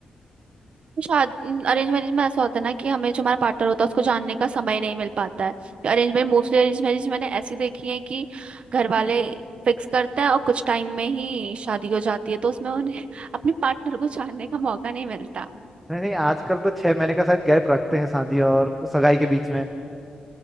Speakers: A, on the right; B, in the centre.
A: शादी अरेंज मैरिज में ऐसा होता है ना कि हमें जो हमारा पार्टनर होता है उसको जानने का समय नहीं मिल पाता है अरेंज मैरिज मोस्टली अरेंज मैरिज मैंने ऐसी देखी है कि घर वाले फिक्स करते हैं और कुछ टाइम में ही शादी हो जाती है तो उसमें उन्हें <laughs> अपने पार्टनर को जानने का मौका नहीं मिलता
B: नहीं नहीं आजकल तो छह महीने का शायद गैप रखते हैं शादी और सगाई के बीच में